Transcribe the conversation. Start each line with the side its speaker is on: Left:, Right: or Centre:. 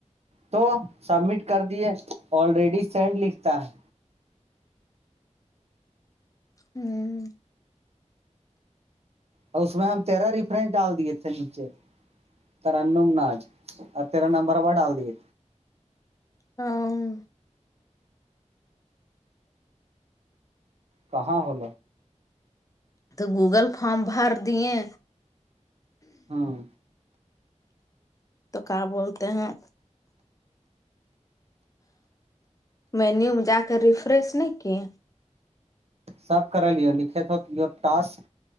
Right: تو سبمٹ کر دیے آلریڈی سینڈ لکھتا ہے
Left: ہوں
Right: اور اس میں ہم تیرا رفریرنس ڈال دیے تھے نیچے ترنم ناج اور تیرا نمبر و ڈال دیے
Left: ہاں ہوں
Right: کہاں ہولاو
Left: تو گوگل فارم بھر دیں
Right: ہاں
Left: تو کیا بولتے ہیں مینیو میں جا کر ریفریش نہیں کیے
Right: سب کر لے لکھے تھے task